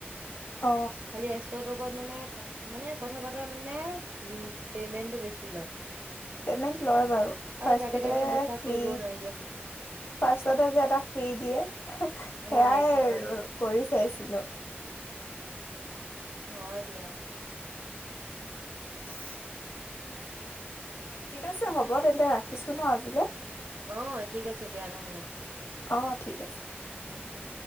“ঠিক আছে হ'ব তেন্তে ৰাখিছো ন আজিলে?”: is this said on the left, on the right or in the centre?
Left